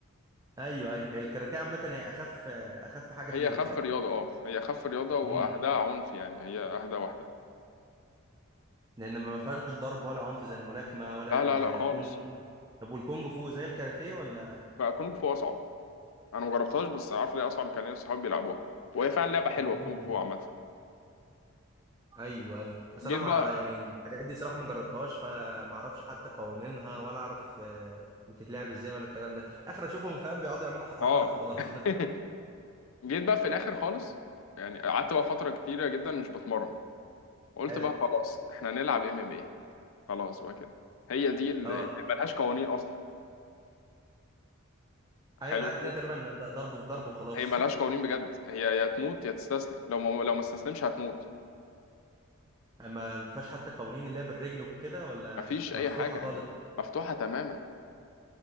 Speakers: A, on the right; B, on the left.
A: ايوه ايوه هي الكاراتيه عامه هي اخف اخف حاجه
B: هي
A: فيهم
B: اخف
A: صح
B: رياضه اه هي اخف رياضه واهداها
A: امم
B: عنف يعني هي اهدى واحده
A: لان ما فيهاش ضرب ولا عنف زي الملاكمه ولا
B: لا
A: ال-
B: لا
A: الكونغ
B: لا خالص
A: فو طب والكونغ فو زي الكاراتيه ولا
B: بقى كونج فو اصعب انا مجربتهاش بس انا عارف ليه اصعب كان ناس صحابي بيلعبوها وهي فعلا لعبه حلوه
A: مم.
B: الكونج فو عامه
A: ايوه ايوه بس
B: جيت
A: انا ما
B: بقى
A: يعني الحاجات دي صراحه ما جربتهاش فما اعرفش حتى قوانينها ولا اعرف آه، بتتلعب ازاي ولا الكلام ده اخر اشوفهم فاهم بيقعدوا يعملوا حركات
B: اه
A: وخلاص
B: <laughs>
A: <laughs> بس
B: جيت بقى في الاخر خالص يعني قعدت بقى فتره كتيره جدا مش بتمرن قلت
A: حلو
B: بقى خلاص احنا نلعب ام ام ايه خلاص بقى كده هي دي اللي
A: اه
B: اللي ملهاش قوانين اصلا حلو
A: ايوه انا عارف
B: كده.
A: انها تقريبا ضرب في ضرب وخلاص
B: هي ملهاش
A: <laughs>
B: قوانين بجد هي يا تموت يا تستسلم لو ما لو ما استسلمش هتموت
A: اما ما فيهاش حتى قوانين اللي هي بالرجل وكده ولا
B: مفيش اي
A: مفتوحه
B: حاجه
A: خالص
B: يعني مفتوحه تماما